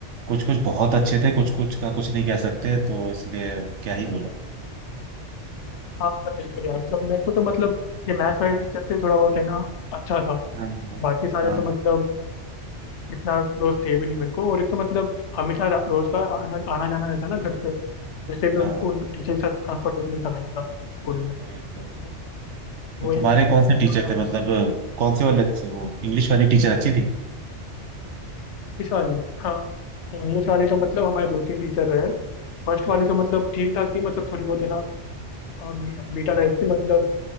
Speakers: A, on the right; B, on the left.
A: कुछ कुछ बहुत अच्छे थे कुछ कुछ का कुछ नहीं कह सकते तो इसलिए क्या ही बोला
B: हाँ मतलब बिल्कुल यार मतलब मेरे को तो मतलब ये मैथ वाले टीचर से थोड़ा बहुत है ना अच्छा था
A: हाँ
B: बाकी सारे
A: हाँ
B: तो मतलब इतना क्लोज थे भी नहीं मेरे को और एक तो मतलब हमेशा रा- रोज का आना आना जाना रहता ना घर पे वैसे भी
A: हाँ,
B: उन, उन टीचर के साथ कंफर्टेबल नहीं था मैं ज़्यादा स्कूल में
A: वही तो
B: तो
A: तो
B: वो एक
A: तुम्हारे
B: टीचर
A: कौन से
B: थे
A: टीचर
B: तो मतलब
A: थे मतलब कौन से वाले अच्छे वो इंग्लिश वाली टीचर अच्छी थी
B: इंग्लिश वाली हाँ इंग्लिश वाली तो मतलब हमारे दो तीन टीचर रहे फर्स्ट
A: हाँ।
B: वाली तो मतलब ठीक ठाक थी मतलब थोड़ी बहुत है ना बीटा बीटा टाइप थी मतलब